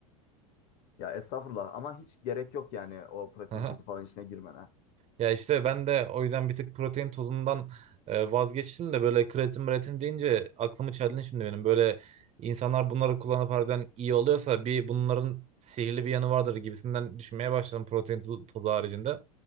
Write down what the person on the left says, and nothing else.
Ya estağfurullah ama hiç gerek yok yani o protein
tozu falan işine girmene.